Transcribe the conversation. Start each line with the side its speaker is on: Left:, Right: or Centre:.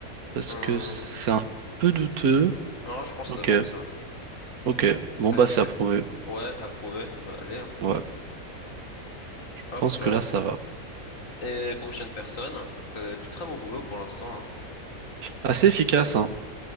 Right: parce
Left: Hum,
Right: que c'est un peu douteux.
Left: Ah, je pense que
Right: Ok,
Left: c'est bon, ça.
Right: ok. Bon,
Left: Avis
Right: bah, c'est
Left: du...
Right: approuvé.
Left: Ouais, approuvé. Bah, allez, hein.
Right: Ouais, je
Left: Hop.
Right: pense que
Left: euh.
Right: là, ça va.
Left: Et prochaine personne. Euh, du très bon boulot pour l'instant, hein.
Right: Assez efficace, hein.